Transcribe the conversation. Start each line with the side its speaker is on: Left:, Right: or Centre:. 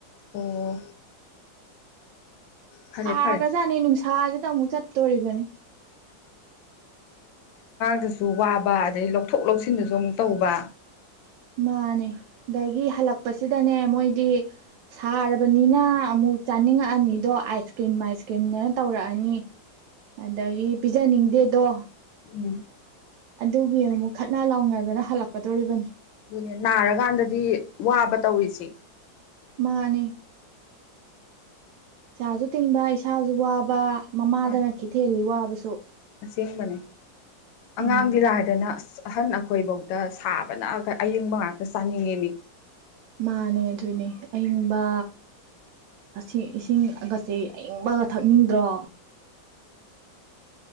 Left: ꯑꯣ ꯐꯔꯦ
Right: ꯁꯥꯒꯖꯥꯠꯅꯤ
Left: ꯐꯔꯦ
Right: ꯅꯨꯡꯁꯥꯁꯦ ꯇꯃꯨ ꯆꯠ ꯇꯧꯔꯤꯔꯤꯕꯅꯤ
Left: ꯗꯁꯨ ꯋꯥꯕ ꯑꯗꯗꯒꯤ ꯂꯧꯊꯣꯛ ꯂꯧꯁꯤꯟꯗꯁꯨ ꯑꯃꯨꯛ ꯇꯧꯕ
Right: ꯃꯥꯅꯦ ꯑꯗꯒꯤ ꯍꯜꯂꯛꯄꯁꯤꯗꯅꯦ ꯃꯣꯏꯗꯤ ꯁꯥꯔꯕꯅꯤꯅ ꯑꯃꯨꯛ ꯆꯥꯅꯤꯡꯉꯛꯑꯅꯤ ꯗꯣ ꯑꯥꯏꯁ ꯀ꯭ꯔꯤꯝ ꯃꯥꯏꯁ ꯀ꯭ꯔꯤꯝ ꯅ ꯇꯧꯔꯛꯑꯅꯤ ꯑꯗꯒꯤ ꯄꯤꯖꯅꯤꯡꯗꯦ ꯗꯣ
Left: ꯎꯝ
Right: ꯑꯗꯨꯒꯤ ꯑꯃꯨꯛ ꯈꯠꯅ ꯂꯥꯎꯅꯗꯅ ꯍꯜꯂꯛꯀꯗꯣꯔꯤꯕꯅꯤ
Left: ꯑꯗꯨꯅꯦ ꯅꯥꯔꯀꯥꯟꯗꯗꯤ ꯋꯥꯕ ꯇꯧꯔꯤꯁꯦ
Right: ꯃꯥꯅꯦ ꯄꯩꯥꯁꯨ ꯇꯤꯡꯕ ꯏꯁꯥꯁꯨ ꯋꯥꯕ ꯃꯃꯥꯗꯅ
Left: ꯃꯥꯅꯤ
Right: ꯈꯤꯠ ꯊꯦꯜꯂꯤ ꯋꯥꯕꯁꯨ ꯁꯣ
Left: ꯑꯁꯦꯡꯕꯅꯦ ꯑꯉꯥꯡꯗꯤ
Right: ꯎꯝ
Left: ꯂꯥꯏꯗꯅ ꯑꯁ ꯑꯍꯟ ꯑꯩꯈꯣꯏꯕꯧꯗ ꯁꯥꯕꯅ ꯑꯌꯡꯕ ꯉꯥꯛꯇ ꯆꯥꯅꯤꯡꯉꯤ ꯃꯤ
Right: ꯃꯥꯅꯦ ꯑꯗꯨꯅꯦ ꯑꯌꯤꯡꯕ ꯑꯁꯤ ꯏꯁꯤꯡꯒꯁꯦ ꯑꯌꯤꯡꯕꯒ ꯊꯛꯅꯤꯡꯗ꯭ꯔꯣ